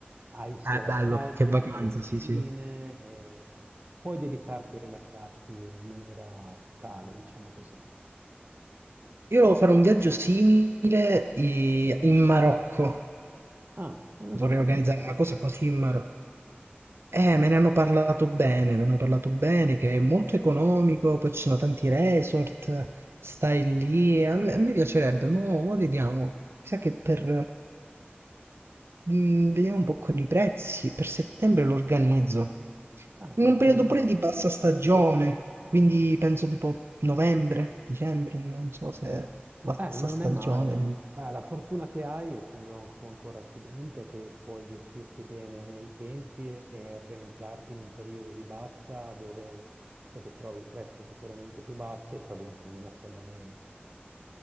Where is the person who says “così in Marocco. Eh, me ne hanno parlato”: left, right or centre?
Right